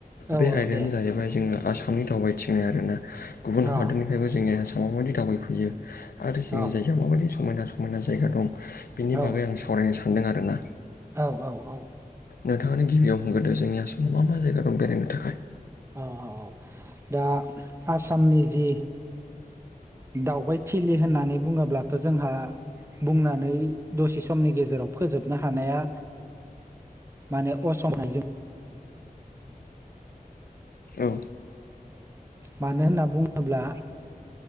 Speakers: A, on the right (about 20°); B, on the left (about 80°).
A: औ
B: बे
A: औ
B: आयदायानो
A: दे
B: जाहैबाय जोङो आसामनि दावबायथिंनाय आरोना। गुबुन
A: अ
B: हादरनि बेनिफ्रायबो जोंनि आसामाव माबायदि दावबायफैयो आरो जोंनि
A: अ
B: जायगायाव माबायदि समायना समायना जायगा दं। बिनि
A: औ
B: बागै आं सावरायनो सानदों आरो ना।
A: औ औ औ।
B: नोंथाङानो गिबियाव होनग्रोदो जोंनि आसामाव मा मा जायगा दं बेरायनो थाखाय।
A: औ औ औ दा आसामनि जि दावबाय थिलि होननानै बुङोब्लाथ' जोंहा बुंनानै दसे समनि गेजेराव फोजोबनो <unintelligible> हानाया माने <unintelligible>
B: औ।
A: मानो होनना बुङोब्ला